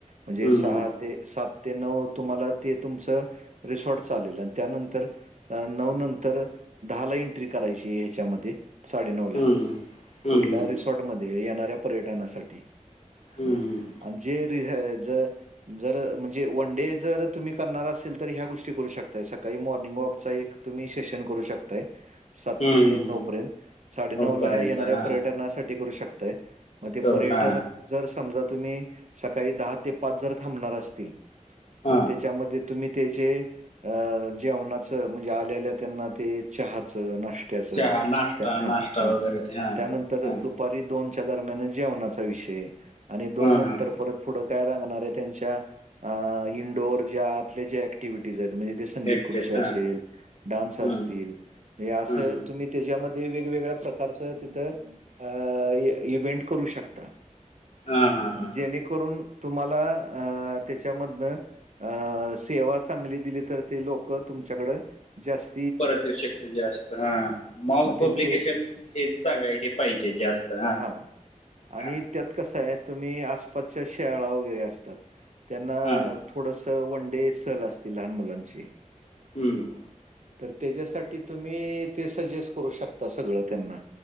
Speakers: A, on the right; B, on the left.
A: म्हणजे
B: हं,
A: सहा
B: हं,
A: ते सात ते नवं तुम्हाला ते तुमचं रिसॉर्ट चालेल अनं त्यानंतर नऊ नंतर दहा ला एंट्री करायची ह्याच्यामध्ये साडेनऊला
B: हं, हं, हं,
A: कुठल्या
B: हं,
A: रिसॉर्टमध्ये येणाऱ्या पर्यटनासाठी
B: हम्
A: हां
B: हम हम
A: आणि जे र हे जर जर म्हणजे वन डे जर तुम्ही करणार असेल तर ह्या गोष्टी करू शकताय सकाळी मॉर्निंग वॉकचा एक तुम्ही सेशन करू शकताय सात
B: हं,
A: ते
B: हं,
A: नऊ
B: हं.
A: पर्यंत साडे नऊ ला
B: पर्यंत
A: येणाऱ्या
B: हा
A: पर्यटनासाठी करू शकताय मग ते
B: करू
A: पर्यटन
B: हा
A: जर समजा तुम्ही सकाळी दहा ते पाच जर थांबणार असतील
B: हा
A: तर त्याच्यामध्ये तुम्ही त्याचे अ जेवणाचं म्हणजे आल्या आल्या त्यांना ते चहाचं नाश्त्य नाश्त्याचं
B: चहा नाश्ता
A: हा
B: नाश्ता
A: हा
B: वगैरे ते हा
A: त्यानंतर
B: हा
A: दुपारी दोनच्या दरम्यान जेवणाचा विषय आणि दोन
B: हा
A: नंत
B: हा हा.
A: परत पुढं काय लागणारंय त्यांच्या आ इनडोअर ज्या आतल्या ज्या ऍक्टिव्हिटीस आहेत म्हणजे दिस संगीत
B: एकटेच
A: खुर्ची असेल,
B: हा हा
A: असतील हे अस
B: हा हा
A: तुम्ही त्याच्यामध्ये वेगवेगळ्या प्रकारच तिथं अ इव्हेंट करू शकता
B: हा हा हा.
A: जेणेकरून तुम्हाला अ त्याच्यामधनं अ सेवा चांगली दिली तर ते लोक तुमच्याकडं जास्
B: परत येऊ शकतय जास्त हा माउथ
A: मग त्यांचे
B: पब्लिकेशन हे चांगली आहे हे पाहिजे जास्त
A: हां. आणि
B: हा
A: त्यात कसंय तुम्ही आसपासच्या शाळा वगैरे असतात त्यांना
B: हा
A: थोडस वन डे सहल असती लहान मुलांची
B: हम्म-
A: तर त्याच्यासाठी तुम्ही ते सजेस्ट करू शकता सगळं त्यांना